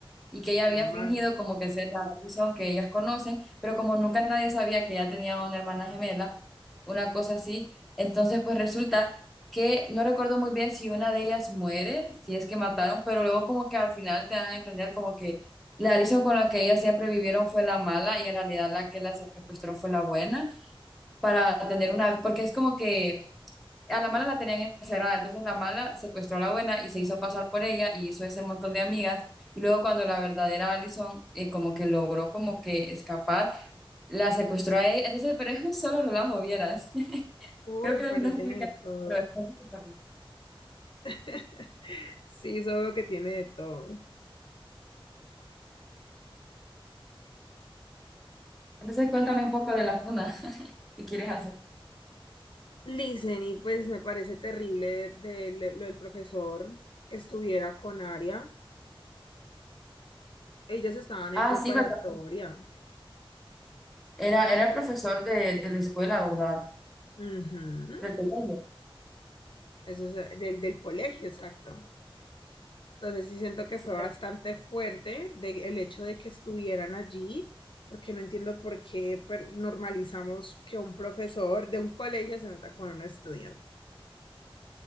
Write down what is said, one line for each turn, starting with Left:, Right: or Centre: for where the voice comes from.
Centre: y que ella
Left: la
Centre: había
Left: mala.
Centre: fingido como que ser la Alison que ellas conocen, pero como nunca nadie sabía que ella tenía una hermana gemela, una cosa así, entonces pues resulta que no recuerdo muy bien si una de ellas muere, si es que mataron, pero luego como que al final te dan a entender como que la Alison con la que ellas siempre vivieron fue la mala y en realidad la que la secuestró fue la buena para tener una, porque es como que a la mala la tenían encerrada, entonces la mala secuestró a la buena y se hizo pasar por ella y hizo ese montón de amigas. Y luego cuando la verdadera Allison eh, como que logró como que escapar, la secuestró a ella. Entonces, pero es un solo relajo, vieras. <laughs>
Left: Uy,
Centre: Creo que
Left: pero
Centre: no explica,
Left: tiene de todo.
Centre: pero es un capítulo.
Left: <laughs> Sí, solo que tiene de todo.
Centre: Entonces cuéntame un poco de la funa <laughs> que quieres hacer.
Left: Listen, y pues me parece terrible de le- lo del profesor que estuviera con Aria. Ellos estaban
Centre: Ah,
Left: en preparatoria.
Centre: sí, ¿verdad? Era, era el profesor de, de la escuela, ¿verdad?
Left: Ujú.
Centre: Del colegio.
Left: Eso es eh, del, del colegio, exacto. Entonces sí siento que
Centre: Sí,
Left: fue bastante fuerte de- el hecho de que estuvieran allí, porque no entiendo por qué per- normalizamos que un profesor de un colegio se meta con un estudiante.